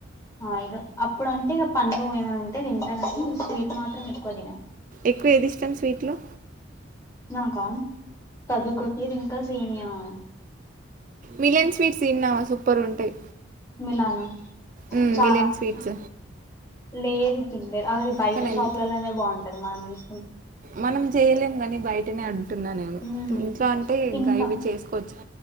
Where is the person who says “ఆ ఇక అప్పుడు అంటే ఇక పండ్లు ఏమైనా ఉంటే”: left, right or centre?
Left